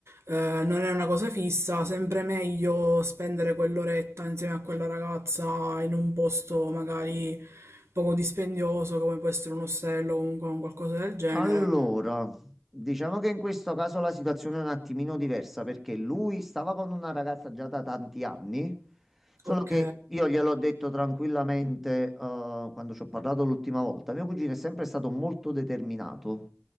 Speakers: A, on the right (about 65°); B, in the centre.
A: eh, non è una cosa fissa, sempre meglio spendere quell'oretta insieme a quella ragazza in un posto magari poco dispendioso, come può essere un ostello o comunque un qualcosa del genere.
B: Allora, diciamo che in questo caso la situazione è un attimino diversa perché lui stava con una ragazza già da tanti anni, solo
A: Ok,
B: che io gliel'ho detto tranquillamente, eh, quando ci ho parlato l'ultima volta. Mio cugino è sempre stato molto determinato.